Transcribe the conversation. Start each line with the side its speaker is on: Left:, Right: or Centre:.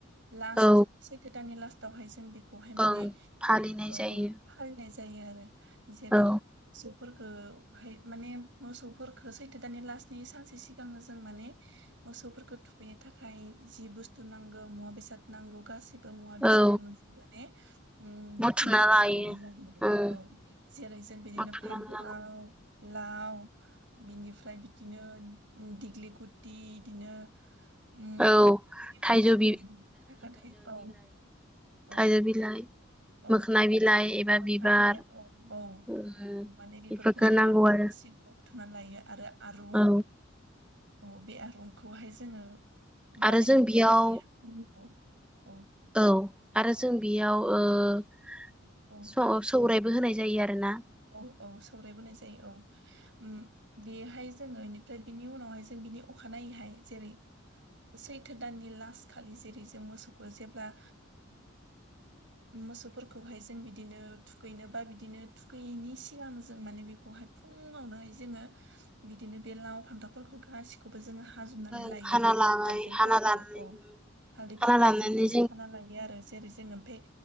Right: लास्ट
Centre: औ
Right: सैथो दाननि लास्टावहाय जों बेख खौहाय माने
Centre: औ फालिनाय
Right: ओ
Centre: जायो
Right: फालिनाय जायो आरो जेरै
Centre: औ
Right: फोरखोहाय माने मोसौफोरखो सैथो दानि लास्टनि सानसे सिगांनो जों माने मोसौफोरखौ थुखैनो थाखाय जि बुस्थु नांगौ मुवा बेसाद नांगौ गास बो मुवा बेसादखौ
Centre: औ
Right: नों माने उम बुथुमजोबनानै
Centre: बुथुमना लायो
Right: लानाय जादों
Centre: उम
Right: औ जेरै जों बिदिनो
Centre: बुथुमना
Right: फान्थाव
Centre: लानांगौ
Right: लाव बिनिफ्राय बिदिनो दिग्लि गुटि बिदिनो उ
Centre: औ थाइजौ
Right: मोखौखौ
Centre: बि
Right: बुंनो थाखाय औ औ
Centre: थाया बिलाइ
Right: औ
Centre: मोखोना बिलाइ एबा
Right: औ
Centre: बिबार उम
Right: माने बेफोरखौहाय
Centre: बेफोरखौ
Right: नांगौ
Centre: आरो
Right: थिं बुथुमनानै लायो आरो आरुं
Centre: औ
Right: औ बे आरुंखौहाय जोङो
Centre: आरो
Right: बानायनानै
Centre: जों बेयाव
Right: लायो औ
Centre: औ आरो जों बेयाव ओ
Right: औ
Centre: सौराय होनाय जायो आरो ना
Right: औ औ सौरायबोनाय जायो औ बेहाय जोङो बेनिफ्राय बिनि उनावहाय जों बिनि अखानायैहाय जेरै सैथो दाननि लास खालि जेरै जों मोसौखौ जेब्ला मोसौफोरखौहाय जों बिदिनो थुखैनो बा बिदिनो थुखैयैनि सिगां जों माने बेखौहाय फुङावनोहाय जोङो बिदिनो बे लाव फान्थावफोरखौ गासिखौबो जोङो हाजुमनानै
Centre: ओं
Right: लायो
Centre: हाना लाबाय
Right: हालदैफोरखौ
Centre: हाना लानानै
Right: औ हालदैफोरखौहाय
Centre: हाना लानानै
Right: जों बिदिनो साना लायो आरो जेरै जोङो ओमफ्राय